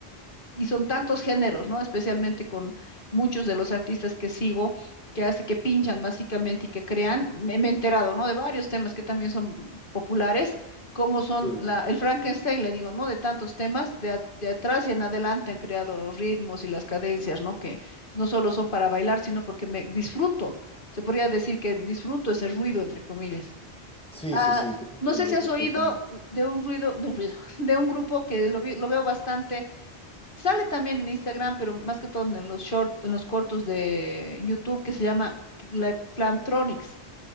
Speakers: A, on the left; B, in the centre.
A: y son tantos géneros, ¿no? Especialmente con muchos de los artistas que sigo, que hace que pinchan básicamente y que crean. Me, me he enterado, ¿no? De varios temas que también son populares, como son
B: Sí,
A: la, el Frankenstein, le digo, ¿no? De tantos temas, de, a- de atrás y en adelante han creado los ritmos y las cadencias, ¿no? Que no solo son para bailar, sino porque me disfruto. Se podría decir que disfruto ese ruido, entre comillas.
B: sí,
A: Ah,
B: sí, sí, te entiendo
A: no sé si has
B: perfectamente.
A: oído de un ruido, de un ruido, <laughs> de un grupo que lo vi- lo veo bastante Sale también en Instagram, pero más que todo en los short, en los cortos de YouTube que se llama Cla- Clamtronics.